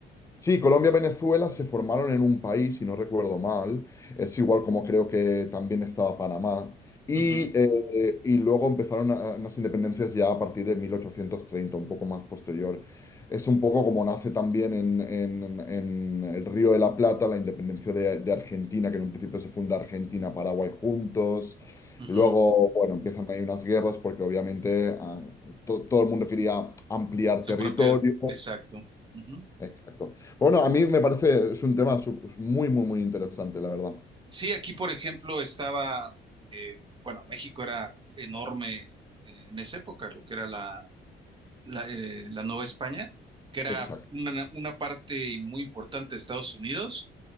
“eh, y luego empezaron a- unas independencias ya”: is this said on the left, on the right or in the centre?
Left